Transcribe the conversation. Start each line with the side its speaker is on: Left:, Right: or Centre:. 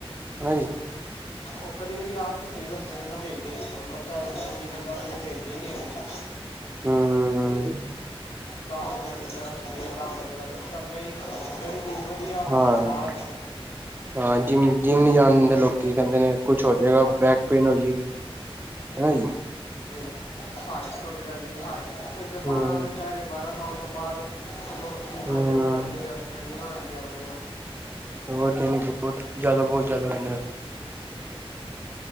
Right: ਹਨਾ ਜੀ।
Left: ਉਹ ਕਦੀ-ਕਦੀ ਆਪ ਵੀ ਸਹੀ ਰਸਤਿਆਂ 'ਚ ਨਾ ਭੇਜਦੇ ਹੁਣ ਬੱਚਾ ਅਗਰ ਜਿੰਮ ਲਈ ਕੈਂਦਾ ਉਹਦੇ ਲਈ ਭੇਜਦੇ ਹੀ ਨਹੀਂ ਹੈਗੇ।
Right: ਹੂੰ
Left: ਤਾਂ ਉਹਨੇ ਕਹਿਣ ਕਿ ਤੇਰਾ ਸਰੀਰ ਖਰਾਬ ਹੋ ਜਾਏਗਾ ਡੱਬੇ ਨੀ ਖਾਣੇ ਜਿਹੜੀ ਚੀਜ਼ ਵਧੀਆ ਉਹ ਕਹਿੰਦੇ
Right: ਹਾਂ
Left: ਖਰਾਬ ਹੈ
Right: ਹਾਂ ਜਿੰਮ-ਜਿੰਮ ਨੀ ਜਾਣ ਦਿੰਦੇ ਲੋਕੀ ਕੈਂਦੇ ਨੇ ਕੁਛ ਹੋ ਜਾਏਗਾ ਬੈਕ ਪੇਨ ਹੋ ਜਾਏਗੀ। ਹਨਾ ਜੀ।
Left: ਬਈ ਹਾਈਟ ਥੋੜੀ ਰਏ ਜਾਏਗੀ ਹਾਈਟ ਜਪਾਨ
Right: ਹਮ
Left: ਵਾਲੇ ਸ਼ਹਿਰ ਬਾਰਾਂ ਸਾਲ ਤੋਂ ਬਾਅਦ ਲੋਕੀ ਇੰਨਾ
Right: ਹੂੰ,
Left: ਜਿੰਮ ਕਰਦੇ ਆ ਟ੍ਰੇਨਿੰਗਾਂ ਲੈਂਦੇ ਆ ਆਪਣੀਆਂ
Right: ਹੋਰ ਬੋਤ ਟ੍ਰੇਨਿੰਗ ਬਹੁਤ ਜਾਦਾ ਬੋਤ ਜਾਦਾ ਲੈਂਦੇ ਨੇ ਉਥੇ